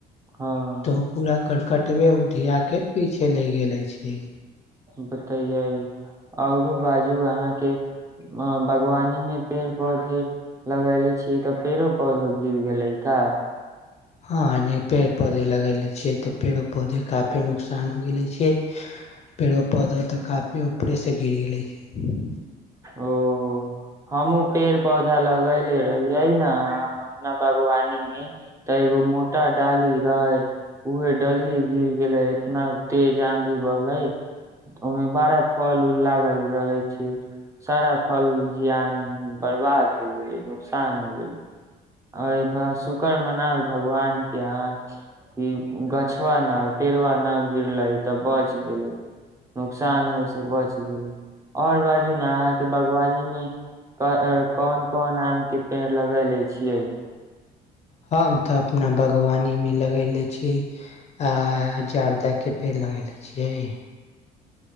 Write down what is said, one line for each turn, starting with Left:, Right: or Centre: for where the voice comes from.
Right: हँ
Left: तऽ ओ पूरा करकटबे उधियाके, पीछे ले गेले अछि।
Right: बतैयै, औरो बाजू अहाँके अ बागवानी मे पेड़ -पौधे लगेले छीये तऽ पेड़ो -पौधो गिर गेलै का।
Left: हं नय, पेड़ -पौधे लगेले छीये, तऽ पेड़ो -पौधे काफी नुकसान हो गेले छीय।
Right: <unintelligible>
Left: पेड़ो -पौधो तऽ काफी ऊपरेस गिर गेलै की।
Right: ओऽ, हमूँ पेड़ -पौधा लगेले रहियै ने। हं हम अपना बागवानी मे त एगो मोट टा डाली रहै, उहे डलीयै गिर गेलै, इतना तेज आंधी बहलै। उमे बड़ा फल- उल लागल रहै। छिय, सारा फल जियान बरबाद हो गेलै, नुकसान हो गेलै। अरे बा शुकर मनाउ, भगवानके अहाँ। की गछवा ना, पेड़वा ना गिरलै। त बच गेलै, नुकसान होइ स बच गेलै और बाजू अहाँ के बागवानी में कौन -कौन आमके पेड़ लगैले छिय।
Left: हम त अपना बागवानी मे लगैले छिय। आ जरदाके पेड़ लगेले छियै।